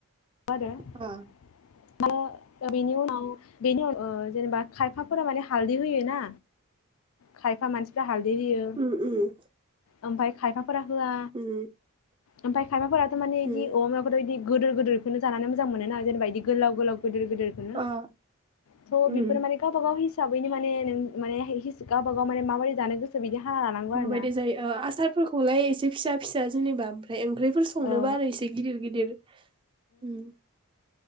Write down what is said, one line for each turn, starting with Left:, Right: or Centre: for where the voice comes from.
Left: आरो। माने आरोनो
Right: अ ओ
Left: आं बेनि उनाव जेनेबा खायफाफोरा माने हालदै होयो ना खायफा मानसिफ्रा हालदै होयो
Right: उम उम
Left: ओमफाय खायफाफोरा होआ
Right: उम
Left: ओमफाय खायफाफोराथ' माने इदि
Right: उम
Left: बेबायदि गोदोर गोदोरखौनो जानानै मोजां मोनो ना जेनेबा इदि गोलाव गोलाव गोदोर गोदोरखोनो
Right: ओ
Left: थ
Right: उम
Left: बेफोर माने गावब गावनि हिसाबैनो माने नों माने हिस गाबागावमाने माबोरै जानो गोसो बिदि हाना लानांगौ
Right: माबायदि
Left: आरो ना
Right: जायो ओ आसारफोरखौलाय एसे फिसा फिसा जेनेबा ओमफ्राय ओं ओंख्रिफोर संनोबा
Left: औ
Right: आरो इसे गिदिर गिदिर उम।